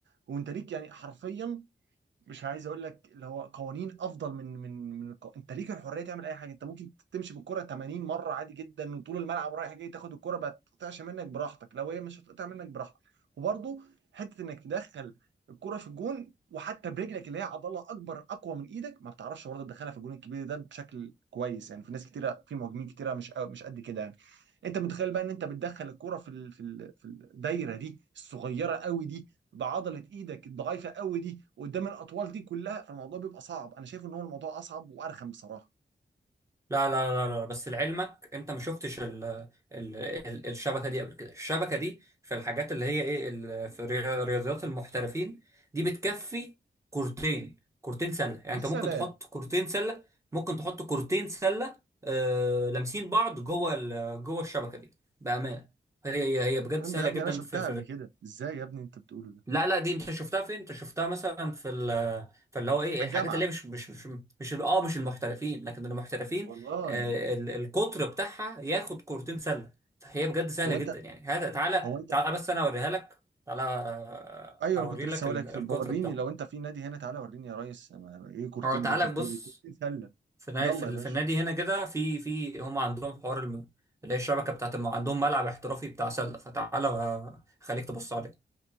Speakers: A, on the right; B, on the right.
A: وانت ليك يعني حرفيا مش عايز اقول لك اللي هو قوانين افضل من من من الق... انت ليك الحريه تعمل اي حاجه انت ممكن تمشي بالكره 80 مره عادي جدا وطول الملعب رايح جاي تاخد الكره ما تقطعش منك براحتك لو هي مش هتقطع منك براحتك وبرضه حته انك تدخل الكره في الجون وحتى برجلك اللي هي عضله اكبر اقوى من ايدك ما بتعرفش برضه تدخلها في الجون الكبير ده بشكل كويس يعني في ناس كتيره في مهاجمين كتيره مش مش قد كده يعني انت متخيل بقى ان انت بتدخل الكرة في ال... في ال... في الدايره دي الصغيره قوي دي بعضله ايدك الضعيفه قوي دي قدام الاطوال دي كلها فالموضوع بيبقى صعب انا شايف ان هو الموضوع اصعب وارخم بصراحه
B: لا لا لا لا لا، بس لعلمك انت ما شفتش ال ال ال الشبكه دي قبل كده الشبكه دي في الحاجات اللي هي ايه ال- في الريا- رياضيات المحترفين دي بتكفي كورتين كورتين سله يعني
A: يا
B: انت
A: سلام
B: ممكن تحط كورتين سله ممكن تحط كورتين سله آه لامسين بعض جوه ال- جوه الشبكه دي بامانه هي هي
A: الكلام
B: هي بجد سهله
A: ده يا ابني
B: جدا
A: انا شفتها
B: في
A: قبل كده ازاي يا ابني انت بتقوله ده
B: لا لا دي انت شفتها فين انت شفتها مثلا في ال في اللي هو ايه
A: في الجامعه
B: الحاجات اللي هي مش مش مش مش ال- اه مش المحترفين لكن المحترفين
A: والله
B: آه ال- القطر بتاعها ياخد كورتين سله فهي بجد سهله
A: هو
B: جدا
A: انت
B: يعني هذا تعالى
A: هو انت
B: تعالى بس انا اوريها لك تعالى آه،
A: ايوه
B: اوري
A: انا كنت لسه
B: لك
A: هقول
B: ال-
A: لك
B: القطر
A: طب وريني
B: بتاعه
A: لو انت في نادي هنا تعالى وريني يا ريس أنا- ايه كورتين
B: اه تعالى
A: ده انت بتقول
B: بص
A: ايه كورتين سله
B: في نا-
A: يلا
B: في ال-
A: يا باشا
B: في النادي هنا كده في في هم عندهم حوار الم- اللي هي الشبكه بتاعت الم... عندهم ملعب احترافي بتاع سله فتعالى آه، خليك تبص عليه